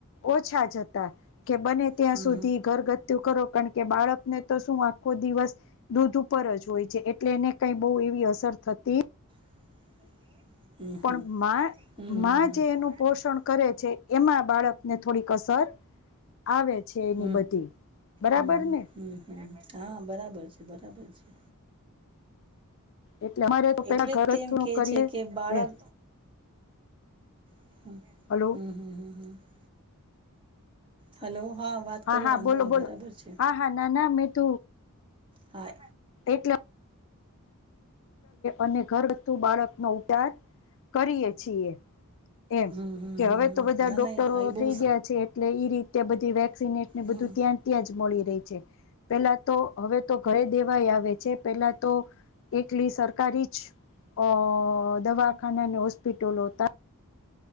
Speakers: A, on the left; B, on the right.
A: ઓછા જ હતા કે બને ત્યાં
B: ઓછા
A: સુધી ઘરગથ્થું કરો પણ કે બાળકને તો શું આખો દિવસ દૂધ ઉપર જ હોય છે એટલે એને કઈ બહુ એવી અસર થતી
B: દૂધ ઉપર જ હોય છે એટલે એને કાંઈ બહુ એવી
A: પણ માં
B: હમ હમ હમ
A: માં જે એનું પોષણ
B: હમ હમ
A: કરે છે એમાં બાળકને થોડીક અસર આવે છે એની
B: હમ.
A: બધી, બરાબર
B: હમ
A: ને?
B: હમ હમ હા, બરાબર છે બરાબર છે.
A: એટલે અમારે તો પેલા
B: એટલે
A: ઘર
B: તેમ
A: જ થું
B: કે
A: કરીએ
B: છે કે બાળક
A: એ
B: <inaudible>
A: હલો
B: હલો! વાત
A: હા
B: કરો
A: હા
B: વાંધો
A: બોલો
B: નહી
A: બોલો
B: બરાબર છે
A: હા હા ના ના મેં તું
B: હા
A: એટલે અને ઘરવ્થું બાળકનો ઉતાર કરીએ છીએ. એમ.
B: હમ હમ
A: કે
B: હમ
A: હવે
B: હમ
A: તો બધા
B: ના
A: ડોક્ટરો
B: ના એ બહુ
A: થઈ ગયા છે એટલે ઈ રીતે બધી વેક્સિનેને
B: હમ
A: બધું ત્યાં ત્યાં જ મળી રહી. પેલા તો હવે તો ઘરે દેવાય આવે છે પેલા તો એકલી સરકારી જ અ દવાખાના અને હોસ્પિટલો હતા.